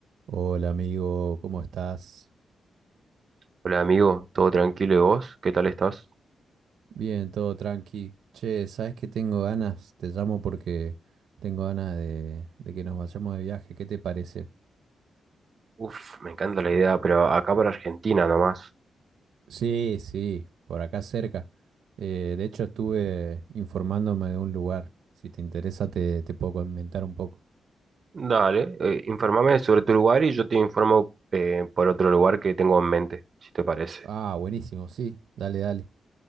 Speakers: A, on the right; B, on the right.
A: Hola amigo, ¿cómo estás?
B: Hola amigo, ¿todo tranquilo y vos? ¿Qué tal estás?
A: Bien, todo tranqui. Che, ¿sabes qué tengo ganas? Te llamo porque tengo ganas de, de que nos vayamos de viaje. ¿Qué te parece?
B: Uf, me encanta la idea, pero acá para Argentina nomás.
A: Sí, sí, por acá cerca. Eh, de hecho, estuve informándome de un lugar. Si te interesa, te, te puedo comentar un poco.
B: Dale, eh, informame sobre tu lugar y yo te informo eh, por otro lugar que tengo en mente, si te parece.
A: Ah, buenísimo, sí, dale, dale.